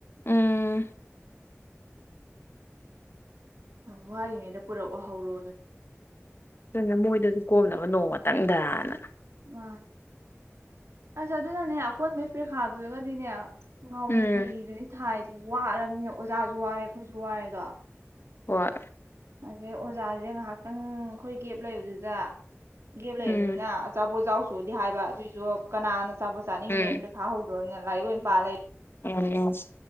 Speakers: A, on the left; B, on the right.
A: ꯎꯝ
B: ꯌꯥꯝ ꯋꯥꯔꯤꯉꯩꯗ ꯄꯨꯔꯛ ꯋꯥ ꯍꯧꯔꯣ
A: ꯀꯅ ꯃꯣꯏꯗꯁꯨ ꯀꯣꯝꯅꯕ ꯅꯣꯡꯃ ꯆꯪꯕ꯭ꯔꯦꯅ
B: ꯃꯥ ꯑꯁ ꯑꯗꯨꯅꯅꯦ ꯑꯀꯣꯟꯕꯩ ꯄꯔꯤꯈꯥꯗꯨꯒꯗꯤꯅꯦ ꯉꯥꯎꯔꯤ
A: ꯎꯝ
B: ꯐꯩꯔꯤꯗꯨꯅꯤ ꯊꯥꯏꯁꯦ ꯋꯥꯔꯕꯅꯤꯅ ꯑꯣꯖꯥꯁꯨ ꯋꯥꯔꯦ ꯑꯩꯈꯣꯏꯁꯨ ꯋꯥꯔꯦ ꯗꯣ
A: ꯍꯣꯏ
B: ꯑꯗꯩ ꯑꯣꯖꯥꯁꯤꯗ ꯉꯥꯏꯍꯥꯛꯇꯪ ꯑꯩꯈꯣꯏ ꯒꯦꯞ ꯂꯩꯕꯗꯨꯗ ꯒꯦꯞ ꯂꯩꯕꯅꯤꯅ
A: ꯎꯝ
B: ꯑꯆꯥꯄꯣꯠ ꯆꯥꯎ ꯁꯗꯤ ꯍꯥꯏꯕ ꯑꯗꯨꯑꯣꯏꯁꯨ ꯀꯅꯥꯅꯣ ꯆꯥꯕ ꯆꯥꯅꯤꯡꯉ
A: ꯎꯝ
B: ꯄꯔꯤꯈꯥ ꯍꯧꯗꯣꯔꯅꯤꯅ ꯂꯥꯏꯔꯤꯛ ꯑꯣꯏꯅ ꯄꯥ ꯂꯩ
A: ꯎꯝ